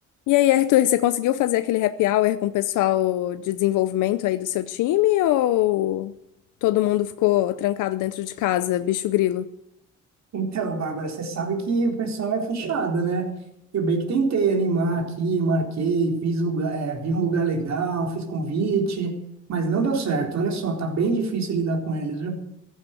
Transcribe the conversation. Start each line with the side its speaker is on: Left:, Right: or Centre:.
Left: E aí, Arthur, você conseguiu fazer aquele happy hour com o pessoal de desenvolvimento aí do seu time ou todo mundo ficou trancado dentro de casa, bicho grilo?
Right: Então, Bárbara, você sabe que o pessoal é fechado, né? Eu bem que tentei animar aqui, marquei, fiz lugar, é, vi um lugar legal, fiz convite, mas não deu certo. Olha só, tá bem difícil lidar com eles, viu?